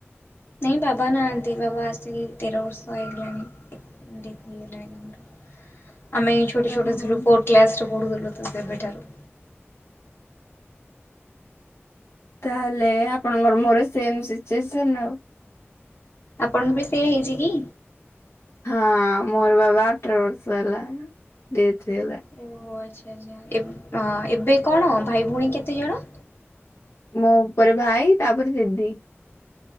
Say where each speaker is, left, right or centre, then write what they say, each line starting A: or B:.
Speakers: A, on the left; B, on the left.
A: ନାଇଁ ବାବା ନାହାନ୍ତି, ବାବା ଆସିକି ତେର ବର୍ଷ ହେଇଗଲାଣି ଡେଥ ହେଇଗଲାଣି।
B: <inaudible>
A: ଆମେ ଛୋଟ
B: ଆଉ
A: ଛୋଟ ଥିଲୁ ଫୋର୍ଥ କ୍ଲାସ ରେ ପଢୁଥିଲୁ ତୁ ସେବେଠାରୁ।
B: ତାହେଲେ ଆପଣଙ୍କର ମୋର ସେମ ସିଚୁଏସନ ଆଉ।
A: ଆପଣଙ୍କୁ ବି ସେଏ ହେଇଛି କି?
B: ହଁ ମୋର ବାବା ଅଠର ବର୍ଷ ହେଲା ଡେଥ ହେଇଗଲାଣି।
A: ଓ ଓହୋ ଆଚ୍ଛା ଆଚ୍ଛା ଏ ଏବେ କଣ ଭାଇ ଭଉଣୀ କେତେ ଜଣ?
B: ମୋ ଉପରେ ଭାଇ ତାପରେ ଦିଦି।